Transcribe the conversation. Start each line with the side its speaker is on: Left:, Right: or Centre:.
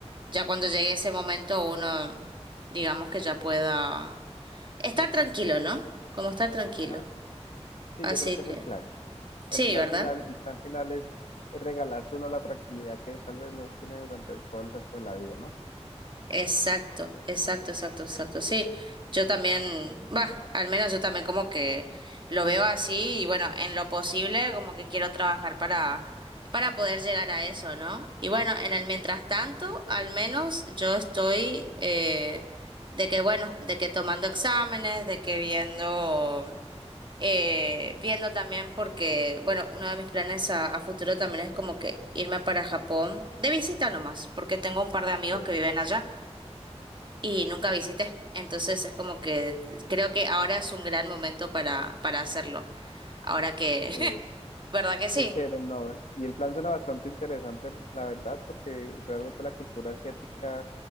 Right: ya cuando llegue ese momento uno, digamos que ya pueda estar tranquilo, ¿no? Como estar tranquilo.
Left: Ajá. Sí,
Right: Así
Left: yo creo que
Right: que,
Left: es el plan.
Right: sí,
Left: El plan
Right: ¿verdad?
Left: final, el plan final es es regalarse uno la tranquilidad que tal vez no tiene durante todo el resto de la vida, ¿no?
Right: Exacto, exacto, exacto, exacto. Sí, yo también, va, al menos yo también como que lo veo así y bueno, en lo posible como que quiero trabajar para para poder llegar a eso, ¿no? Y bueno, en el mientras tanto, al menos yo estoy eh, de que bueno, de que tomando exámenes, de que viendo eh, viendo también porque bueno, uno de mis planes a, a futuro también es como que irme para Japón de visita nomás, porque tengo un par de amigos
Left: Sí,
Right: que viven allá y nunca visité. Entonces es como que creo que ahora es un gran momento para, para hacerlo. Ahora que,
Left: sí,
Right: <laughs> ¿verdad que sí?
Left: qué chévere, ¿no? Y el plan suena bastante interesante, la verdad, porque realmente la cultura asiática